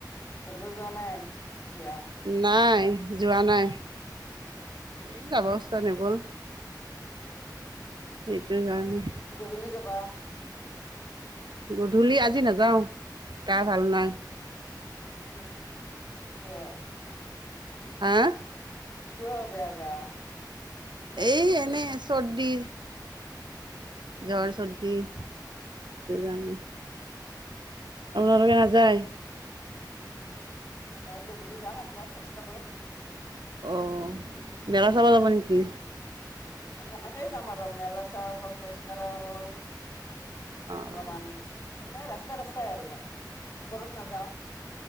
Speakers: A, on the left (about 30°); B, on the right (about 80°).
A: ফুৰিব যোৱা নাই এতিয়া।
B: নাই, যোৱা নাই। এই যাব ইচ্ছা নগ'ল। সেইটোৰ কাৰণে।
A: গধূলি যাবা।
B: গধূলি আজি নাযাওঁ, গা ভাল নাই।
A: হয় নেকি, কিয়?
B: হাঁ'
A: কিয় বেয়া গা? চৰ্দি
B: এই
A: হৈছে
B: এনেই চৰ্দি।
A: অ',
B: জ্বৰ চৰ্দি, সেইটো কাৰণে। আপোনালোকে নাযায়।
A: মই গধূলি যাম একবাৰ, খোজকাঢ়িব।
B: অ' মেলা চাব যাবা নেকি?
A: সেনেকেই যাম আৰু মেলা চাৱা হ'ল, খোজ কঢ়া হ'ল
B: অঁ
A: অলপমান এনেই ৰাস্তাই - ৰাস্তাই আৰু মই, ওপৰত নাযাওঁ।